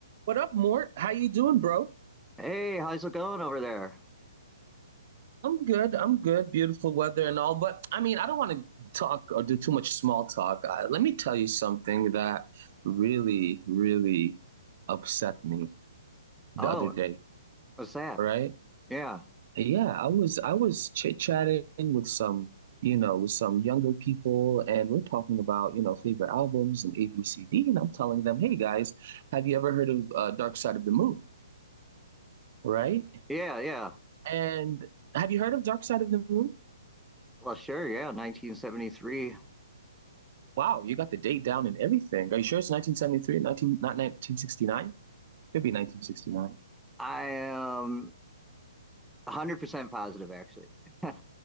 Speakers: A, on the right (about 50°); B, in the centre.
A: What up, Mort? How you doing, bro?
B: Hey, how's it going over there?
A: I'm good. I'm good. Beautiful weather and all, but I mean, I don't want to talk or do too much small talk. Uh, let me tell you something that really, really upset me the
B: Oh,
A: other day,
B: what's that?
A: All right?
B: Yeah,
A: Yeah, I was I was chit-chatting with some, you know, with some younger people, and we're talking about, you know, favorite albums and ABCD, and I'm telling them, hey guys, have you ever heard of uh, Dark Side of the Moon, right?
B: yeah, yeah.
A: And have you heard of Dark Side of the Moon?
B: Well, sure, yeah, 1973.
A: Wow, you got the date down and everything. Are you sure it's 1973, 19, not 1969? Could be 1969.
B: I am 100% positive, actually. <laughs>